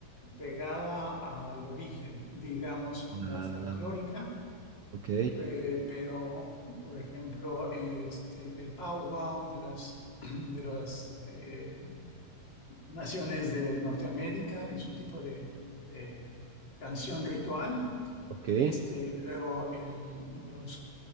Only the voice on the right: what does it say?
Ah,
ok,
ok.